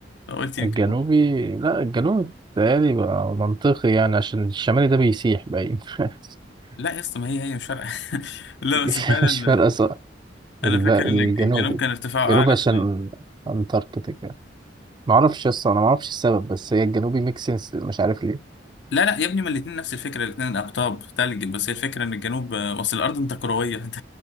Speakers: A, on the left (about 70°); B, on the right (about 25°).
A: قلت يمكن
B: الجنوبي
A: هو.
B: لا الجنوبي بيتهيألي بقى منطقي يعني عشان الشمالي ده بيسيح باين <laughs>
A: لا يا اسطى ما هي هي مش فارقه <laughs> لا
B: مش
A: بس فعلا
B: مش فارقة صح
A: انا
B: الب-
A: فاكر ان
B: الجنوبي
A: الجنوب كان ارتفاعه
B: الجنوبي
A: اعلى
B: عشان
A: ف...
B: أنتاركتيكا معرفش أصلا أنا معرفش السبب بس هي الجنوبي ميك سنس مش عارف ليه
A: لا لا يا ابني ما الاثنين نفس الفكره الاثنين اقطاب ثلج بس هي الفكره ان الجنوب اصل الارض انت كرويه <laughs> انت